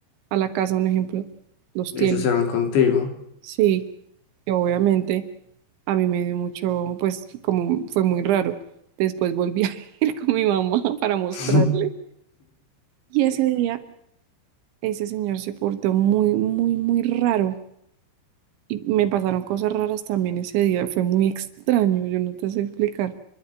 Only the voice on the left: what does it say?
ellos
se van contigo.
<laughs>